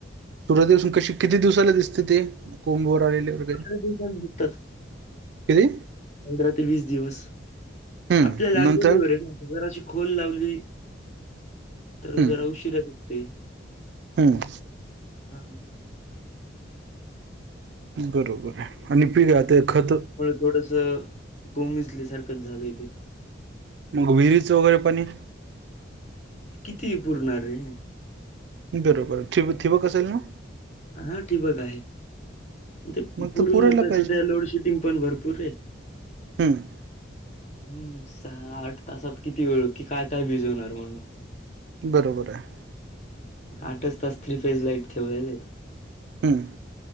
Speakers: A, on the right (about 65°); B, on the left (about 40°).
A: सुरवाती पासून कशी किती दिवसाला दिसते ते कोंभवर आलेल्या वर
B: पंधरा दिवसांनी दिसतात
A: किती
B: पंधरा ते वीस दिवस
A: हम्म
B: आपल्या लागवडीवर
A: नंतर
B: आहे ना जराची खोल लावली तर
A: हम्म
B: जर उशीरा दिसंते
A: हम्म
B: हा हा
A: बरोबर आहे आणि पिकं ते खत
B: थोडस कोमजली सारखंच झालंय ते
A: मग विहिरीचं वगैरे पण
B: किती पुरणार रे
A: बरोबर ठिबक असलं ना
B: हा ठिबक आहे ते
A: मग
B: पुूरण
A: तर पुरायला
B: आता
A: पाहिजे
B: सध्या लोडशेडिंग पण भरपूर रे
A: हम्म
B: हम्म सहा आठ तासात किती वेळ कि काय काय भिजवणार म्हण
A: बरोबर आहे
B: आठच तास थ्री फेज लाईट ठेवलेलेत
A: हम्म